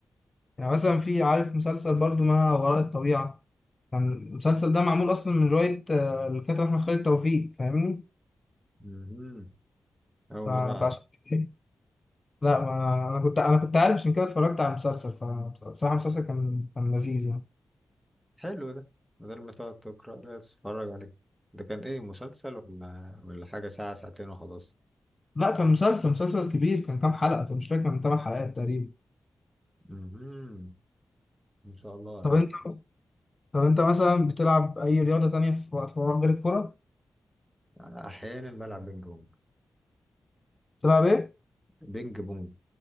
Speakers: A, on the left; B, in the centre.
A: يعني مثلا في عارف مسلسل برضو ما وراء الطبيعه كان المسلسل ده معمول اصلا من روايه آه، الكاتب احمد خالد توفيق فاهمني
B: مهم. أول
A: ف- فعشان
B: مرة أعرف
A: كده لا ما انا كنت انا كنت عارف عشان كده اتفرجت على المسلسل فبصراحه المسلسل كان كان لذيذ يعني
B: حلو ده بدل ما تقعد تقرا لا تتفرج عليه ده كان إيه مسلسل ولا ولا حاجة ساعة ساعتين وخلاص؟
A: لا كان مسلسل مسلسل كبير كان كام حلقه طب مش فاكر كان 8 حلقات تقريبا
B: مهم. إن شاء الله
A: طب
B: عليك
A: انت طب انت مثلا بتلعب اي رياضه تانية في وقت فراغ غير الكوره
B: أنا أحيانا بلعب بينج بونج
A: بتلعب ايه
B: بينج بونج